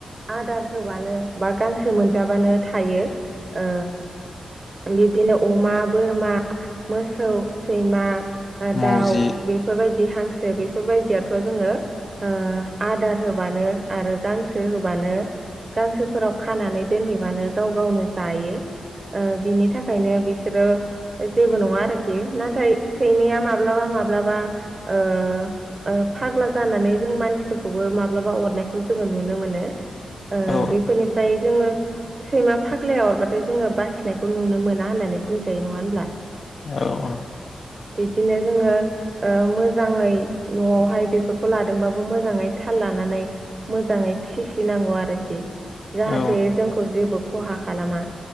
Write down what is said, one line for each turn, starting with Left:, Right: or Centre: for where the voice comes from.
Right: आदार होबानो बा गांसो मोनजाबानो थायो। ओ बिदिनो अमा बोरमा मोसौ सैमा ओ
Left: मावजि
Right: दाउ बेफोरबायदि हांस बेफोरबायदियाथ' जोङो ओ आदार होबानो आरो गांसो होबानो गांसोफोराव खानानै दोनहैबानो गाव गावनो जायो ओ बिनि थाखायनो बिसोरो जेबो नङा आरोखि नाथाय सैमाया माब्लाबा माब्लाबा ओ ओ फाग्ला जानानै जों मानसिफोरखौबो माब्लाबा अरनायखौ जोङो नुनो मोनो। ओ
Left: औ
Right: बेफोरनिफ्राय जोङो सैमा फाग फाग्लाया अरबाथाय जोङो बासिनायखौ नुनो मोना होननानै बुंजायो नङा होनब्ला?
Left: औ औ।
Right: बिदिनो जोंङो ओ मोजांयै न'आवहाय बेफोरखौ लादोंबो मोजांयै थाल लानानै मोजाङै फिसिनांगौ आरोखि। जाहाथे
Left: औ
Right: जोंखौ जेबो खहा खालामा